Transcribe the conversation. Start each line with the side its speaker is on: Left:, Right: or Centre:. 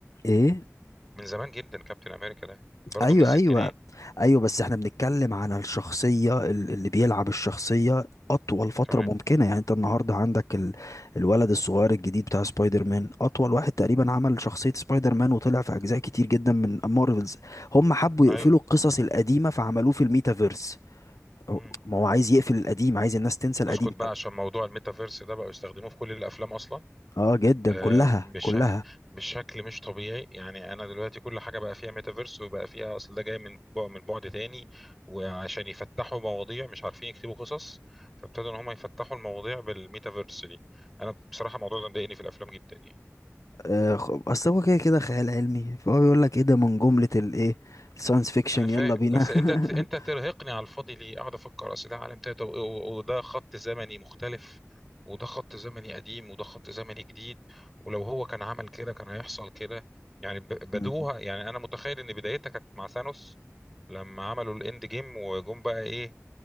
Left: ايه
Centre: من زمان جدا كابتن امريكا ده برضه
Left: ايوه
Centre: من الستينات
Left: ايوه ايوه بس احنا بنتكلم على الشخصيه ال- اللي بيلعب الشخصيه اطول فتره
Centre: تمام
Left: ممكنه يعني انت النهارده عندك ال... الولد الصغير الجديد بتاع سبايدر مان اطول واحد تقريبا عمل شخصيه سبايدر مان وطلع في اجزاء كتير جدا من مارفلز هم حبوا يقفلوا
Centre: اي
Left: القصص القديمه فعملوه في الميتافيرس هو-
Centre: مم.
Left: ما هو عايز يقفل القديم عايز الناس تنسى القديم
Centre: اسكت بقى عشان موضوع الميتافيرس ده بقوا يستخدموه في كل الافلام اصلا
Left: اه جدا
Centre: آه
Left: كلها
Centre: بشكل
Left: كلها
Centre: بشكل مش طبيعي يعني انا دلوقتي كل حاجه بقى فيها ميتافيرس وبقى فيها اصل ده جاي من بعد من بعد تاني وعشان يفتحوا مواضيع مش عارفين يكتبوا قصص فابتدوا ان هم يفتحوا المواضيع بالميتافيرس دي انا بصراحه الموضوع ده مضايقني في الافلام جدا يعني
Left: آه، خ- اصل هو كده كده خيال علمي فهو بيقول لك ايه ده من جملة الايه الساينس فيكشن
Centre: انا فاهم
Left: يلا بينا
Centre: بس انت انت
Left: <laughs>
Centre: ترهقني على الفاضي ليه اقعد افكر اصل ده عالم تاني طب- و- وده خط زمني مختلف وده خط زمني قديم وده خط زمني جديد ولو هو كان عمل كده كان هيحصل كده يعني ب- بدوها
Left: مم.
Centre: يعني انا متخيل ان بدايتها كانت مع ثانوس لما عملوا الاند جيم وجم بقى ايه